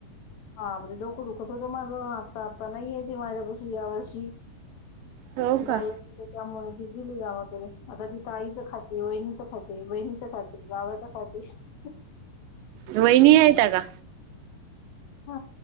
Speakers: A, on the left; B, on the right.
A: हां <unintelligible> डोकं दुखत होतं माझं आता, आता नाहिये ती माझ्यापाशी या वर्षी.
B: हो
A: बाल
B: का
A: तिचे त्यामुळे गेली नी गावाकडे. आता तिथं आईचं खाते, वहिणीचं खाते, बहिणीचं खाते, गावाच्या सासू <unintelligible>
B: वहिणी हायता का?
A: ह